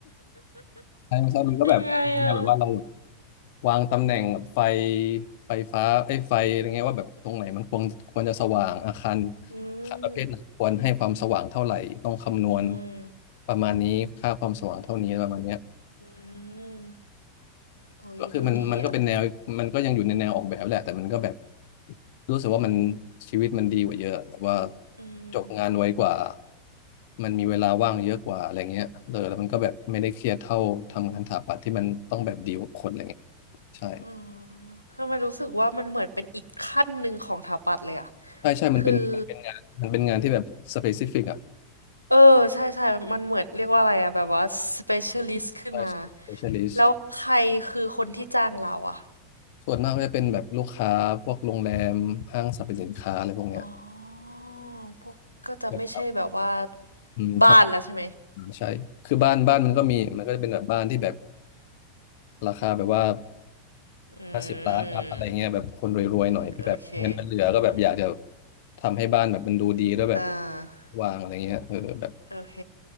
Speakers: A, on the left (about 50°); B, on the right (about 85°).
A: ใช่ไม่ <laughs> ใช่มันก็แบบแนวแบบว่าเราแบบ
B: ยังไงอะ
A: วางตำแหน่งไฟไฟฟ้าไอ้ยไฟอะไรเงี้ยว่าแบบตรงไหนมันควรควรจะสว่างอาคาร
B: อื
A: อาคารประเภทไหนควรให้ความสว่างเท่าไหร่ต้องคำนวณ
B: ม อืม
A: ประมาณนี้ค่าความสว่างเท่านี้ประมาณเนี้ย
B: อืม โอ้ยดูดีอ่ะ
A: ก็คือมันมันก็เป็นแนวมันก็ยังอยู่ในแนวออกแบบแหละแต่มันก็แบบรู้สึกว่ามันชีวิตมันดีกว่าเยอะแบบว่า
B: อืม
A: จบงานไวกว่ามันมีเวลาว่างเยอะกว่าอะไรเงี้ยเออแล้วมันก็แบบไม่ได้เครียดเท่าทำงานสถาปัตย์ที่มันต้องแบบดีลกับคนอะไรเงี้ยใช่
B: อืมทำไมรู้สึกว่ามันเหมือนเป็นอีกขั้นหนึ่งของถาปัตย์เลยอ่ะ
A: ใช่ใช่มันเป็นมันเป็นงานมันเป็นงานที่แบบสเปซิฟิกอ่ะ
B: คือ เออใช่ใช่มันเหมือนเรียกว่าอะไรอ่ะแบบว่า specialist ขึ้นมา
A: ใช่ใช่ specialist
B: แล้วใครคือคนที่จ้างเราอ่ะ
A: ส่วนมากก็จะเป็นแบบลูกค้าพวกโรงแรมห้างสรรพสินค้าอะไรพวกเนี้ย
B: อ๋อ พวกก็จะไม่ใช่แบบว่า
A: แบบอืมท
B: บ้านแล้วใช่ไหม
A: ำใช่คือบ้านบ้านมันก็มีมันก็จะเป็นแบบบ้านที่แบบ ราคาแบบว่า
B: อืม
A: ห้าสิบล้านอัพอะไรเงี้ยแบบคนรวยๆหน่อยที่แบบเงินมันเหลือก็แบบอยากจะ
B: อืมโอเคอืม
A: ทำให้บ้านแบบมันดูดีแล้วแบบ
B: อ่า
A: วางอะไรเงี้ยเออแบบ
B: โอเค